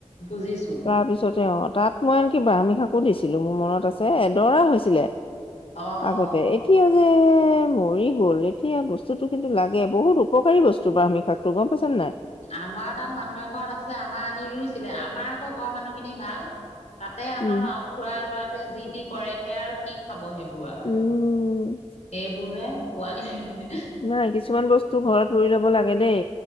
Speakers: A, on the left; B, on the left.
A: বুজিছো
B: তাৰ পিছতে, অ'! তাত মই আনকি ব্ৰাক্ষ্মী শাকো দিছিলোঁ। মোৰ মনত আছে, এডৰা হৈছিলে।
A: অ'!
B: আগতে
A: অ'!
B: এতিয়া যে যে, মৰি গ'ল। এতিয়া বস্তুটো কিন্তু লাগে। বহুত উপকাৰী বস্তু ব আমি শাকতো গ'ম পাইছা নে নাই?
A: আমাৰ তাত মানুহ এঘৰত আছে। আমাৰ আনি ৰুই ৰুইছিলে। আমাৰ আকৌ, ঘৰৰ মানুহ খিনি ভাল, তাতে আমাৰ
B: উম।
A: খুৰা ল'ৰাটোৱে যি টি কৰেগে আৰু কি খাব সেইবোৰ আৰু
B: উম,
A: সেইবোৰহে পোৱালে।
B: নাই। কিছুমান বস্তু ঘৰত ৰুই ল'ব লাগে দেই।